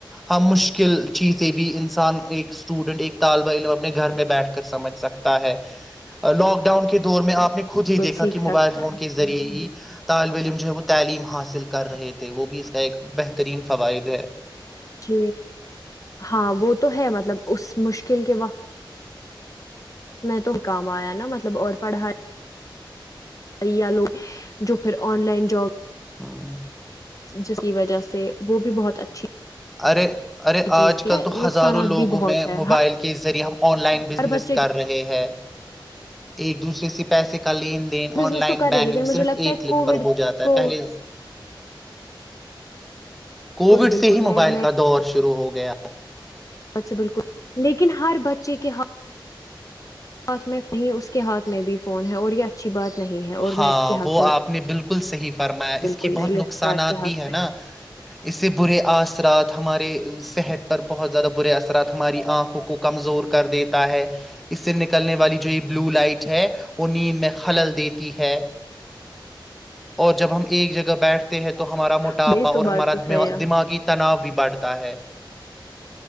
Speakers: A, in the centre; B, on the left (about 40°).
A: ہم مشکل چیزیں بھی انسان ایک اسٹوڈنٹ ایک طالب علم اپنے گھر میں بیٹھ سمجھ سکتا ہے لاک ڈاؤن کے دور میں آپ نے خود
B: بالکل
A: ہی دیکا
B: سیکھ
A: کہ موبائل
B: سکتا
A: فون کے ذریعے ہی طالب علم جو ہے وہ تعلیم حاصل کر رہے تھے وہ بھی اس کا ایک بہترین فوائد ہے
B: ج ہاں وہ تو ہے مطلب اس مشکل کے وقت میں تو کام آیا نا مطلب اور پڑھائی پڑھ یا لوگ جو پھر آن لائن جاب
A: ہ
B: جس کی وجہ سے وہ بھی بہت اچھی
A: ارے ارے
B: چیز
A: آج
B: تھی
A: کل تو ہزاروں
B: نقصانات
A: لوگوں
B: بھی بہت
A: میں
B: ہے
A: موبائل کے ذریعے ہم آن لائن
B: ہر
A: بزنس
B: بچے
A: کر رہے ہیں ایک دوسرے سے پیسے کا لین دین
B: بزنس
A: آن لائن
B: تو کر
A: بینکنگ
B: رہے لیکن مجھے
A: صرف
B: لگتا
A: ایک
B: ہے
A: کلک
B: کووڈ
A: پر ہو جاتا
B: کو
A: ہے پہلے
B: بالکل
A: کووڈ
B: بالکل
A: سے ہی
B: میں
A: موبائل کا دور شروع ہو گیا <inaudible>
B: ب بالکل لیکن ہر بچے کے ہاتھ میں اس کے ہاتھ میں بھی فون ہے اور یہ اچھی بات نہیں ہے اور
A: ہاں
B: میں اس کے حق
A: وہ
B: میں
A: آپ نے بالکل بکل صحیح فرمایا اس
B: بالکل
A: کی
B: نہیں
A: بہت نقصانات
B: اس بات کے
A: بھی
B: حق
A: ہے
B: میں
A: نا اس سے برے اثرات ہمارے صحت پر بہت زیادہ برے اثرات ہماری آنکھوں کو کمزور کر دیتا ہے اس سے نکلنے والی جو یہ بلو لائٹ ہے وہ نیند میں خلل دیید تی ہے اور جب ہم ایک جگہ بیٹھ <inaudible> تو ہمارا موٹاپا
B: ہے یہ تو
A: اور
B: بات
A: ہمارا
B: تو صحیح ہے
A: دماغی تناؤ بھی بھتا ہے